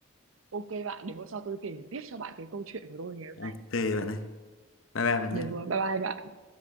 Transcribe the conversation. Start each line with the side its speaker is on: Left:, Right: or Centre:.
Right: ok bạn để hôm sau tôi kể tiếp cho bạn cái câu chuyện của tôi ngày hôm
Left: ok
Right: nay
Left: bạn ơi bye bye bạn
Right: được
Left: nhé
Right: rồi bye bye bạn